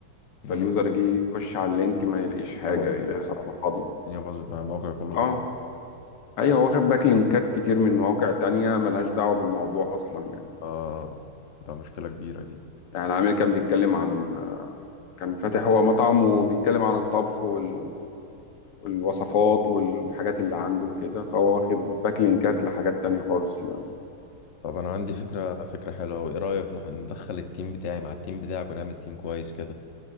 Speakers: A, on the left (about 85°); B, on the left (about 65°).
A: امم
B: فاليوزر جه يخش على اللينك ما يلاقيش حاجة
A: الدنيا باظت
B: يلاقي
A: معايا
B: صفحة
A: طبعا
B: فاضية
A: الدنيا باظت مع الموقع كله
B: اه
A: باظ
B: ايوه واخد باك لينكات كتير من مواقع تانية ملهاش دعوة بالموضوع اصلا يعني
A: اه ده مشكلة كبيرة دي
B: يعني العميل كان بيتكلم عن آه، كان فاتح هو مطعم وبيتكلم عن الطبخ وال... والوصفات والحاجات اللي عنده وكده فهو واخد باك لينكات لحاجات تانية خالص لا.
A: طب انا عندي فكرة فكرة حلوة وايه رأيك نح- ندخل التيم بتاعي مع التيم بتاعك ونعمل تيم كويس كده